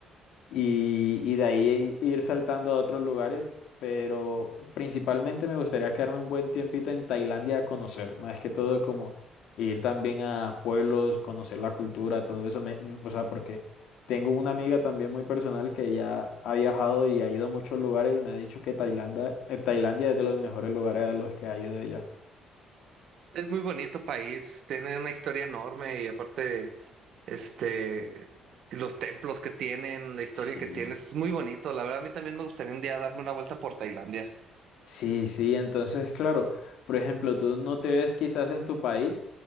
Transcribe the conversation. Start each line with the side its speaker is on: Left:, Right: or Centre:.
Left: y, y de ahí ir saltando a otros lugares, pero principalmente me gustaría quedarme un buen tiempito en Tailandia a conocer, más que todo como ir también a pueblos, conocer la cultura, todo eso, me- mm, o sea, porque tengo una amiga también muy personal que ya ha viajado y ha ido a muchos lugares y me ha dicho que Tailandia, eh, Tailandia es de los mejores lugares a los que ha ido ella.
Right: Es muy bonito país, tiene una historia enorme y aparte, este, los templos que tienen, la historia
Left: Sí.
Right: que tiene, es muy bonito. La verdad, a mí también me gustaría un día darme una vuelta por Tailandia.
Left: Sí, sí, entonces, claro, por ejemplo, tú no te ves quizás en tu país